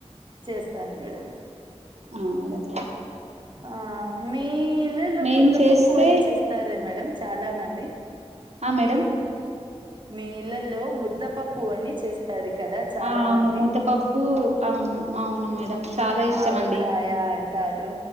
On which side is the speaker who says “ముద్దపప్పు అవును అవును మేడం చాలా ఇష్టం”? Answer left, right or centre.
Right